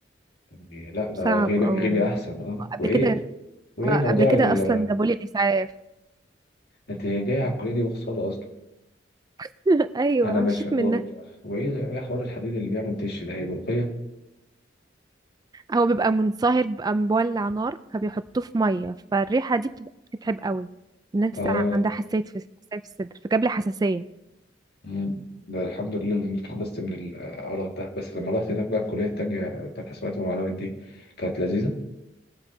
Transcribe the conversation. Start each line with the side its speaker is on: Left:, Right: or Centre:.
Left: يعني لا ده
Right: صعب
Left: غيبي
Right: اه
Left: غيبي احسن اه
Right: قبل
Left: وايه
Right: كده
Left: وايه
Right: اه
Left: موضوع
Right: قبل كده
Left: ال
Right: اصلا جابولي الاسعاف
Left: انت جاي على الكليه دي بخساره اصلا
Right: <laughs> ايوه
Left: انا
Right: مشيت
Left: مش و-
Right: منها
Left: وايه ايه حوار الحديد اللي بيعمل تش ده هي بلقيه
Right: هو بيبقى منصهر بيبقى مولع نار فبيحطوه في ميه فالريحه دي بتبقى بتتعب قوي الناس
Left: اه
Right: عندها حساسيه في حساسيه في الصدر فجاب لي حساسيه
Left: مم. ده الحمد لله اللي اتخلصت من القرف ده بس لما رحت هناك بقى الكليه التانيه بتاعت حسابات ومعلومات دي كانت لذيذه